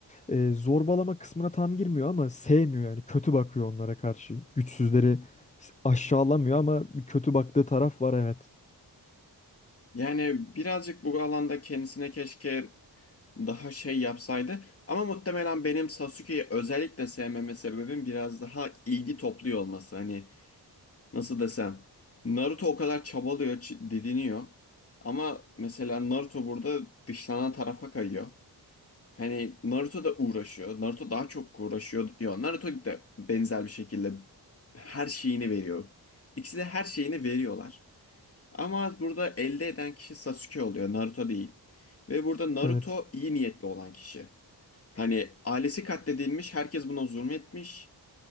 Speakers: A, on the left (about 20°); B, on the left (about 35°).
A: e, zorbalama kısmına tam girmiyor ama sevmiyor yani. Kötü bakıyor onlara karşı. Güçsüzleri s- aşağılamıyor ama bir kötü baktığı taraf var evet.
B: Yani birazcık bu alanda kendisine keşke daha şey yapsaydı. Ama muhtemelen benim Sasuke'yi özellikle sevmeme sebebim biraz daha ilgi topluyor olması. Hani nasıl desem Naruto o kadar çabalıyor, ç- didiniyor. Ama mesela Naruto burada dışlanan tarafa kayıyor. Hani Naruto da uğraşıyor. Naruto daha çok uğraşıyor. Ya Naruto da benzer bir şekilde her şeyini veriyor. İkisi de her şeyini veriyorlar. Ama burada elde eden kişi Sasuke oluyor, Naruto değil. Ve burada Naruto
A: Evet.
B: iyi niyetli olan kişi. Hani ailesi katledilmiş, herkes buna zulmetmiş.